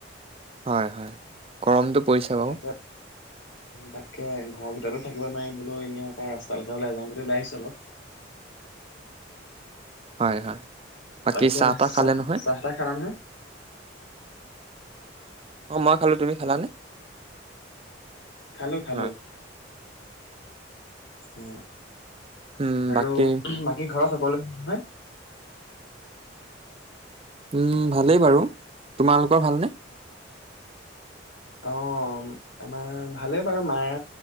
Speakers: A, on the right; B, on the left.
A: হয় - হয় গৰমটো পৰিছে বাৰু
B: তাকে তাক ত 'ঘৰৰ ভিতৰতো থাকিব নোৱাৰি বোলো এনেই অকণ ৰাস্তাাল ঘ ওাই যাও বুলি ওলাই আহিছো অলপ। <inaudible>
A: হয় - হয় বাকী
B: তাকে
A: চাহ তাহ খালে নহয়।
B: চাহ তাহ খালা নহয়?
A: অ' মই খালো তুমি খালানে
B: খালো - খালো।
A: হয়
B: অ,
A: উম
B: আৰু
A: বাকী
B: বাকী ঘৰত সকলো নয়।
A: উম, ভালেই বাৰু তোমালোকৰ ভালনে?
B: অ আমাৰ ভালেই বাৰু মায়ে